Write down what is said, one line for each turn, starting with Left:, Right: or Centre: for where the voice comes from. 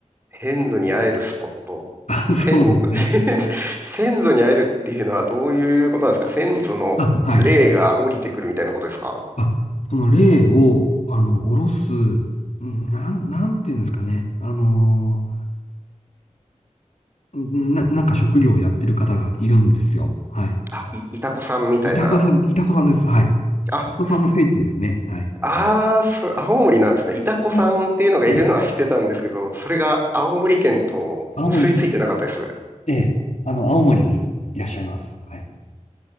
Right: 先祖に会えるスポット。
Left: <laughs> あそうですね。
Right: 先、<laughs> 先祖に会えるっていうのはどういうことなんですか先祖の霊が降りてくるみたいなことですか
Left: あ、はい。あ、その霊を、あの、下ろす、うんなん、なんていうんですかね。あのーんな、なんか職業をやってる方がいるんですよ。はい。
Right: あ、い、いたこさんみたいな。
Left: いたこさん、いたこさんです。はい。
Right: あ、
Left: いたこさんの聖地ですね。はい。
Right: ああ、それ、青森なんですね。いたこさんっていうのがいるのは知ってたんですけど、
Left: いや、はい。
Right: それが青森県と結びついてなかったです。
Left: 青森、ええ、あの、青森にいらっしゃいます。はい。